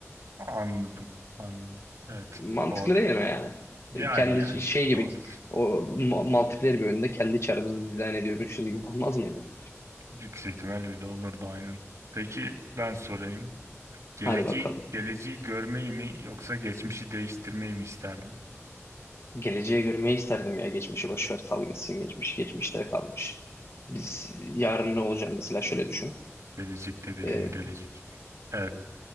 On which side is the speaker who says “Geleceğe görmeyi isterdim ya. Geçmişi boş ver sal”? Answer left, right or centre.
Left